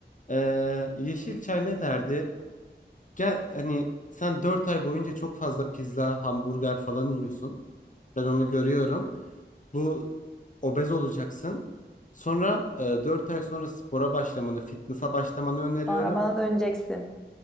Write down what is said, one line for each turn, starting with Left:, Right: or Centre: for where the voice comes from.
Left: Ee, Yeşilçay ne derdi? Gel hani sen 4 ay boyunca çok fazla pizza, hamburger falan yiyorsun. Ben onu görüyorum. Bu obez olacaksın. Sonra e, 4 ay sonra spora başlamanı, fitness'a başlamanı öneriyorum.
Centre: Sonra bana döneceksin.